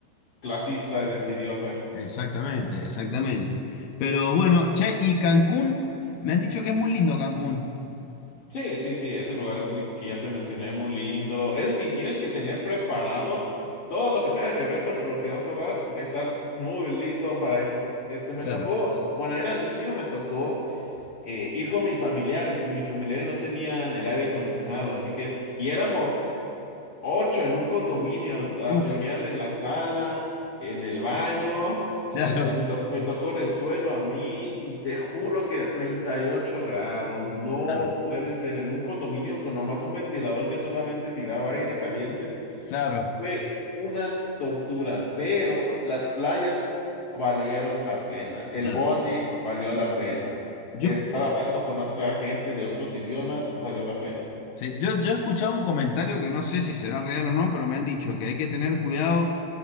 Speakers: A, on the left; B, on the left.
A: clasista decidió hacer.
B: Exactamente, exactamente. Pero bueno, che, y Cancún, me han dicho que es muy lindo Cancún.
A: Sí, sí, sí, ese lugar cu- que ya te mencioné, muy lindo. Eso sí, tienes que tener preparado todo lo que tenga que ver con el bloqueo solar, estar muy listo para eso. Este, me
B: Claro.
A: tocó, cuando era niño, me tocó eh, ir con mis familiares y mis familiares no tenían el aire acondicionado, así que, y éramos Ocho en un condominio. ah,
B: Uf,
A: durmieron
B: <laughs>
A: en la sala, en el baño.
B: claro,
A: Este, me, toc- me tocó en el suelo a mí y te juro que a 38 grados. No
B: claro,
A: puede ser en un condominio con nomás un ventilador que solamente tiraba aire caliente.
B: claro.
A: Fue una tortura, pero las playas valieron la pena. El
B: Claro.
A: bungee valió la pena.
B: Yo
A: Estar hablando con otra gente de otros idiomas valió la pena.
B: Sí, yo, yo he escuchado un comentario que no sé si será real o no, pero me han dicho que hay que tener cuidado.